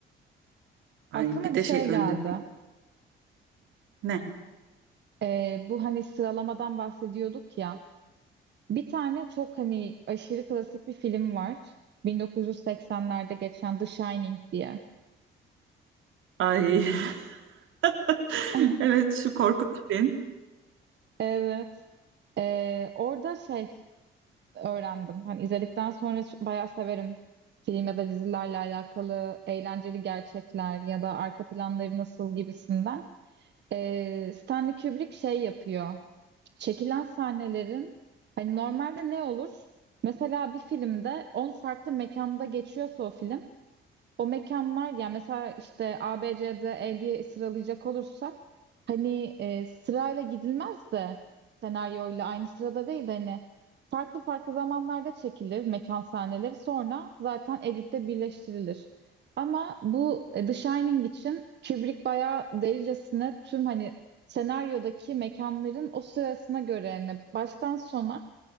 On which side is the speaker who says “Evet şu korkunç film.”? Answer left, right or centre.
Right